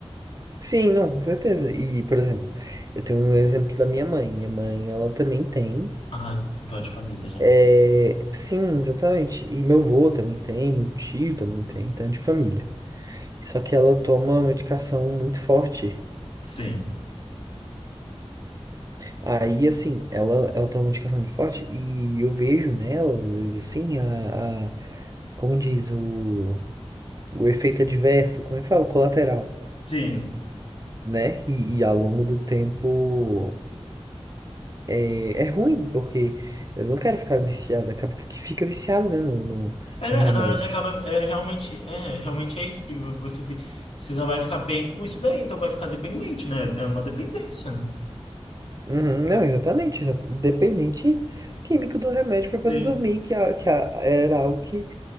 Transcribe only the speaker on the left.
ah então é de família já.
Sim.
Sim.
Era,
na verdade, acaba é, realmente é realmente é isso, porque você fi- precisa vai ficar bem com isso daí, então vai ficar dependente, né? É uma dependência.
Sim,